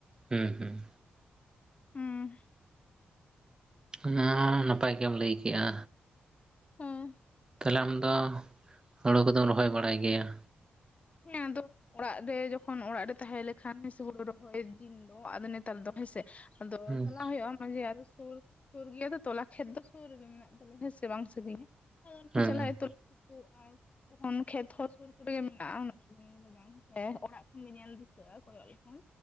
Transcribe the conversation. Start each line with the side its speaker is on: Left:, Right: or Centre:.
Right: ᱦᱩᱸ ᱦᱩᱸ᱾
Left: ᱦᱩᱸ
Right: ᱚᱱᱟ ᱱᱟᱯᱟᱭ ᱜᱮᱢ ᱞᱟᱹᱭ ᱠᱮᱜᱼᱟ᱾
Left: ᱦᱩᱸ᱾
Right: ᱛᱟᱦᱚᱞᱮ ᱟᱢᱫᱚ, ᱦᱳᱲᱳ ᱠᱚᱫᱚᱢ ᱨᱚᱦᱚᱭ ᱵᱟᱲᱟᱭ ᱜᱮᱭᱟ?
Left: ᱦᱮᱸ ᱟᱫᱚ ᱚᱲᱟᱜ ᱨᱮ ᱡᱚᱠᱷᱚᱱ ᱚᱲᱟᱜ ᱨᱮ ᱛᱟᱦᱮᱸ ᱞᱮᱠᱷᱟᱱ ᱦᱮᱸᱥᱮ ᱦᱩᱲᱩ ᱨᱚᱦᱚᱭ ᱫᱤᱱ ᱫᱚ ᱟᱫᱚ ᱱᱮᱛᱟᱨ ᱫᱚ ᱦᱮᱸᱥᱮ, ᱟᱫᱚ
Right: ᱦᱩᱸ
Left: ᱪᱟᱞᱟᱜ ᱦᱩᱭᱩᱜᱼᱟ ᱢᱟᱡᱽᱮ ᱟᱫᱚ ᱥᱩᱨ ᱥᱩᱨ ᱜᱮᱭᱟ ᱛᱚ ᱛᱚᱞᱟ ᱠᱷᱮᱛ ᱫᱚ ᱥᱩᱨ ᱨᱮᱜᱮ ᱢᱮᱱᱟᱜ ᱛᱟᱞᱮᱭᱟ ᱦᱮᱸ ᱥᱮ, ᱵᱟᱝ ᱥᱟᱹᱜᱤᱧᱟ᱾ ᱟᱫᱚ
Right: ᱦᱩᱸ
Left: ᱪᱟᱞᱟᱜ ᱜᱮᱛᱚ ᱦᱩᱭᱩᱜ ᱟᱨ ᱛᱚᱠᱷᱚᱱ ᱠᱷᱮᱛ ᱦᱚᱸ ᱥᱩᱨ ᱠᱚᱨᱮ ᱢᱮᱱᱟᱜᱼᱟ ᱩᱱᱟᱹᱜ ᱥᱟᱺᱜᱤᱧ ᱫᱚ ᱵᱟᱝ ᱦᱮᱸ ᱥᱮ, ᱚᱲᱟᱜ ᱠᱷᱚᱱ ᱜᱮ ᱧᱮᱞ ᱫᱤᱥᱟᱹᱜᱼᱟ ᱠᱚᱭᱚᱜ ᱞᱮᱠᱷᱟᱱ᱾